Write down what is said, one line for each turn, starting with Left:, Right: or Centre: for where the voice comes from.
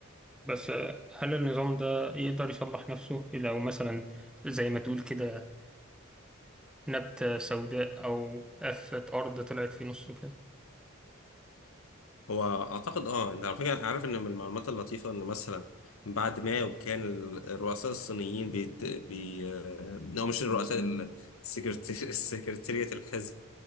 Centre: بس آه، هل النظام ده يقدر يصلح نفسه لو مثلا زي ما تقول كده نبتة سوداء أو قفة أرض طلعت في نصه كده
Left: هو اعتقد اه انت على فكره عارف ان من المعلومات اللطيفه ان مثلا بعد ما كان ال- الرؤساء الصينيين بيت... بي آه، او مش الرؤساء ال- السكرت... <laughs> السكرتيرية الحزب